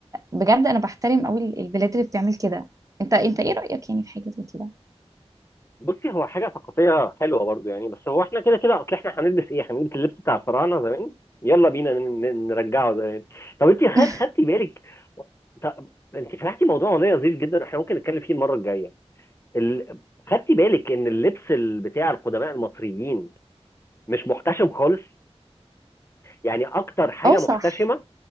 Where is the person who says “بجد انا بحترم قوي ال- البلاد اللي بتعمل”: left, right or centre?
Right